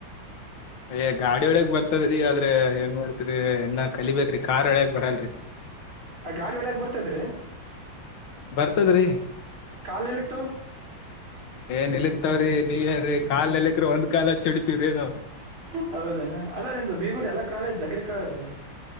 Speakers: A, on the left; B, on the right.
A: ಯ ಗಾಡಿ ಒಡೆಕ ಬರ್ತದ್ರೀ ಆದ್ರೆ ಏನ್ ಮಾಡತ್ರಿ ಇನ್ನ ಕಲಿಬೇಕೇತ್ರಿ ಕಾರ್ ಒಡೆಕ್ ಬರಲ್ರರಿ. <inaudible>
B: ಗಾಡಿ ಒಡೆಕ್ ಬರ್ತದ್ರಿ
A: ಬರ್ತದ್ರಿ
B: ಕಾಲಲಿಟ್ಟು.
A: ಏನ್ ನಿಲಿಕ್ತಾವ್ರೀ ನೀ ಏನ್ರೀ ಕಾಲನೀಲಕ್ರ ಒಂದ್ ಕಾಲ ಅಚಿ ಒಡಿತವ್ರೀ ನಾವು
B: ಹೌದ ಅನು ಅದೇ ನಿಮ್ದ ಬೀಗುಡಿ ಅಲ್ಲಾ ಕಾಲೆಜ್ ಅಗ್ರಿ ಕಾಲೆಜು